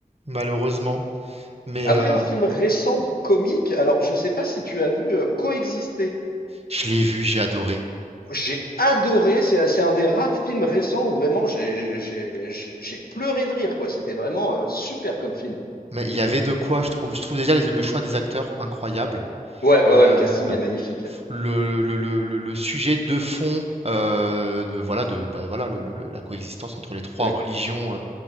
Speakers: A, on the right; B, on the left.
A: malheureusement, mais
B: Après,
A: euh,
B: un film récent, comique, alors je sais pas si tu as vu euh, Coexister.
A: je l'ai vu, j'ai adoré.
B: J'ai adoré, c'est c'est un des rares films récents où vraiment j'ai j'ai- j'ai- j'ai pleuré de rire, quoi. C'était vraiment euh, super comme film.
A: Mais il y avait de quoi, je trouve. Je trouve déjà les- le choix des acteurs incroyable.
B: Ouais, ouais,
A: Euh,
B: ouais, le casting est magnifique.
A: le, le- le- le- le sujet de fond euh, de, voilà, de, bah, voilà, le- le- le- la coexistence entre les trois
B: D'ac-
A: religions euh,